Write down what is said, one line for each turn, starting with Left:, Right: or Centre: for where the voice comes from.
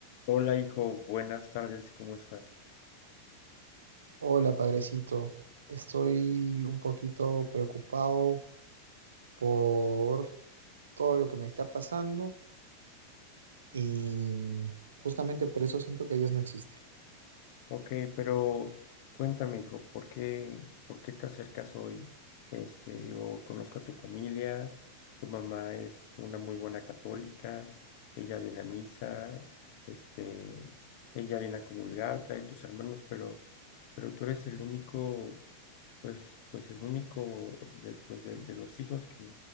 Left: Hola, hijo, buenas tardes, ¿cómo estás?
Right: Hola, padrecito. Estoy un poquito preocupado por todo lo que me está pasando y justamente por eso siento que Dios no existe.
Left: Ok, pero cuéntame, hijo, ¿por qué, por qué te acercas hoy? Este, digo, conozco a tu familia, tu mamá es una muy buena católica, ella viene a misa, este, ella viene a comulgar, trae tus hermanos, pero, pero tú eres el único pues, pues el único de, pues, de, de los hijos que,